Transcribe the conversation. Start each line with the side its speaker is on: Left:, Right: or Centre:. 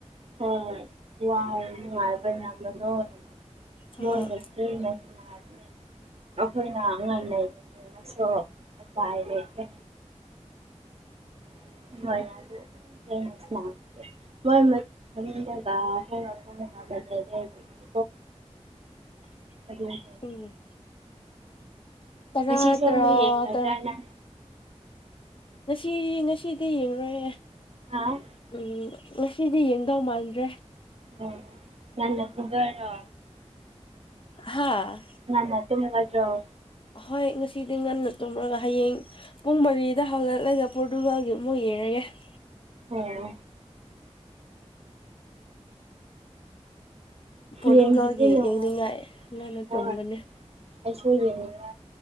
Right: ꯍꯣꯏ ꯋꯥꯔꯦ ꯅꯨꯡꯉꯥꯏꯕꯅ <unintelligible>
Left: ꯍꯣꯏ
Right: ꯃꯣꯢꯅ ꯊꯦꯡꯅ ꯁꯥꯟꯅꯕ ꯑꯩꯈꯣꯏꯅ ꯑꯉꯥꯡ ꯂꯩꯅꯤꯡꯅꯤꯡꯉꯁꯨ ꯎꯄꯥꯏ ꯂꯩꯇꯦ ꯍꯣꯏ <unintelligible> <unintelligible>
Left: <inaudible>
Right: ꯑꯗꯨꯒꯤ
Left: ꯎꯝ ꯇꯔꯥ
Right: ꯄ ꯁꯣ
Left: ꯇꯔꯥ
Right: ꯑꯃꯨꯛ ꯌꯦꯡꯡ ꯉꯗ꯭ꯔ
Left: ꯇꯔꯥ ꯉꯁꯤ ꯉꯁꯤꯗꯤ ꯌꯦꯡꯉꯨꯔꯣꯏꯦ
Right: ꯍꯥ ꯑꯣ
Left: ꯎꯝ ꯉꯁꯤꯗꯤ ꯌꯦꯡꯗꯧ ꯃꯥꯟꯗ꯭ꯔꯦ
Right: ꯑꯣ ꯅꯪꯅ ꯁꯗꯔ
Left: ꯍꯥꯥ
Right: ꯉꯟꯅ ꯇꯨꯝꯒꯗꯔꯣ
Left: ꯑꯍꯣꯏ ꯉꯁꯤꯗꯤ ꯉꯟꯅ ꯇꯨꯝꯂꯒ ꯍꯌꯦꯡ ꯄꯨꯡ ꯃꯔꯤꯗ ꯍꯧꯒꯛꯂꯒ ꯄꯣꯔꯇꯨꯒꯥꯜꯒꯤ ꯑꯃꯨꯛ ꯌꯦꯡꯔꯒꯦ ꯀ <unintelligible>
Right: ꯑꯣ
Left: ꯄꯣꯔꯇꯨꯒꯥꯜꯒꯤ
Right: ꯌꯦꯡꯕꯗꯤ ꯅꯨꯡꯉꯥꯏꯇꯦ
Left: ꯌꯦꯡꯅꯤꯡꯉꯥꯏ ꯉꯅ
Right: ꯍꯣꯏ
Left: ꯇꯨꯝꯒꯅꯦ
Right: ꯑꯩꯁꯨ ꯑꯣꯏꯒꯅꯤ ꯀ